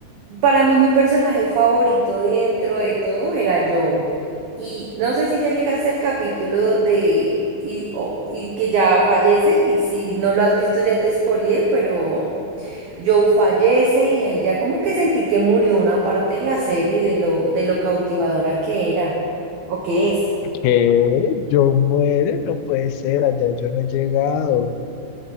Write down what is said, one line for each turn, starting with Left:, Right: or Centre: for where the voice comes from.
Right: Para mí mi personaje favorito dentro de todo era Joel. Y no sé si ya llegaste al capítulo donde, y, o- y que ya fallece, y si no lo has visto ya te spoileé, pero Joel fallece y ahí ya como que sentí que murió una parte de la serie de lo, de lo cautivadora que era, o que es.
Left: ¿Qué? ¿Yo muero? No puede ser, allá yo no he llegado.